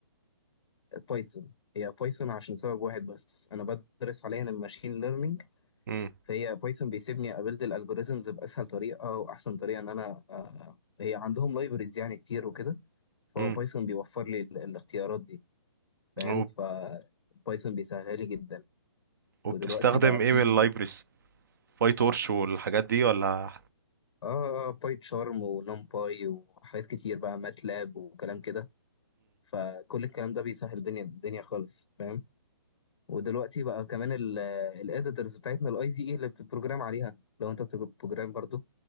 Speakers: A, on the left (about 80°); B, on the right (about 45°).
A: بايثون هي بايثون عشان سبب واحد بس انا بدرس حاليا الماشين ليرنينج
B: مم.
A: هي بايثون بيسيبني ابيلد الالجوريزمز باسهل طريقه واحسن طريقه ان انا آه، هي عندهم لايبرز يعني كتير وكده فهو
B: مم.
A: بايثون بيوفر لي ال- الاختيارات دي فاهم
B: وب-
A: ف بايثون بيسهلها لي جدا
B: وبتستخدم
A: ودلوقتي بقى
B: ايه
A: في
B: من اللايبرز باي تورش والحاجات دي ولا
A: اه باي تشارم ونمباي وحاجات كتير بقى ماتلاب وكلام كده فكل الكلام ده بيسهل الدنيا الدنيا خالص فاهم ودلوقتي بقى كمان الاديتورز بتاعتنا الاي دي اي اللي بتبروجرام عليها لو انت بتبروجرام برضو